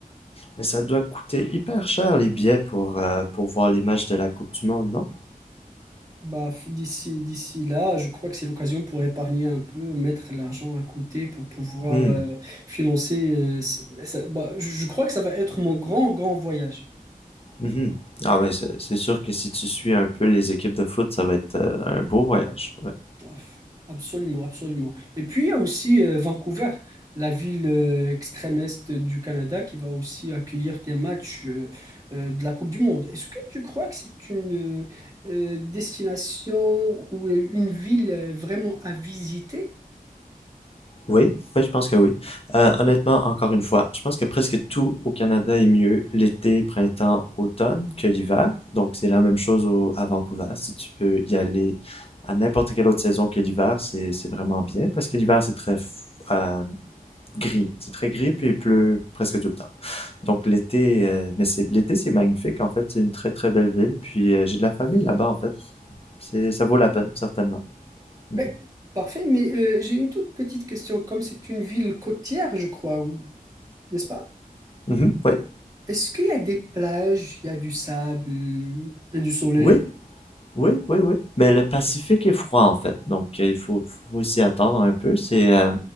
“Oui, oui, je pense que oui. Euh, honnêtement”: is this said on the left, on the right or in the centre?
Left